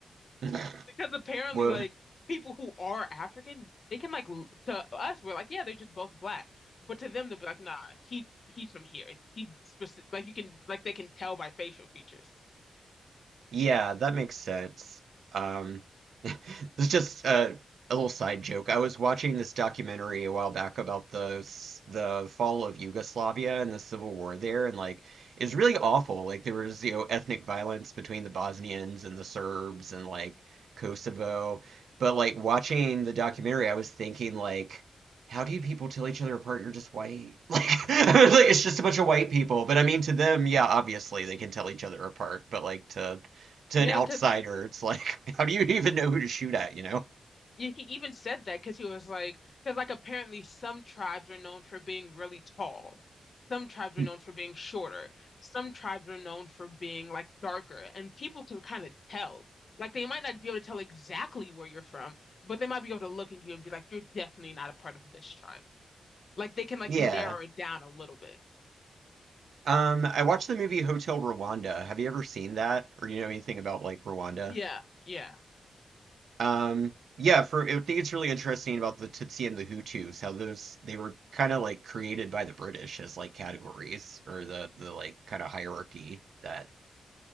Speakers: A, on the right; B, on the left.
A: <laughs>
B: Because apparently,
A: Well,
B: like people who are African, they can like l- to us, we're like, "Yeah, they're just both black," but to them, they'll be like, "Nah, he he's from here. He specific like you can like they can tell by facial features."
A: Yeah, that makes sense. Um, <laughs> this is just uh, a little side joke. I was watching this documentary a while back about the s- the fall of Yugoslavia and the civil war there, and like it's really awful. Like there was, you know, ethnic violence between the Bosnians and the Serbs and like Kosovo. But like watching the documentary, I was thinking like, how do you people tell each other apart? You're just white. <laughs> like <laughs> it's just a bunch of white people. But I mean, to them, yeah, obviously they can tell each other apart. But like to to
B: Yeah,
A: an outsider,
B: because
A: it's like, <laughs> how do you even know who to shoot at, you know?
B: Yeah, he even said that because he was like, because like apparently some tribes are known for being really tall. Some tribes are
A: <laughs>
B: known for being shorter. Some tribes are known for being like darker. And people can kind of tell. Like they might not be able to tell exactly where you're from, but they might be able to look at you and be like, you're definitely not a part of this tribe. Like they can like
A: Yeah.
B: narrow it down a little bit.
A: Um, I watched the movie Hotel Rwanda. Have you ever seen that? Or do you know anything about like Rwanda?
B: Yeah, yeah.
A: Um, yeah, for I think it's really interesting about the Tutsi and the Hutus, how those they were kind of like created by the British as like categories or the the like kind of hierarchy that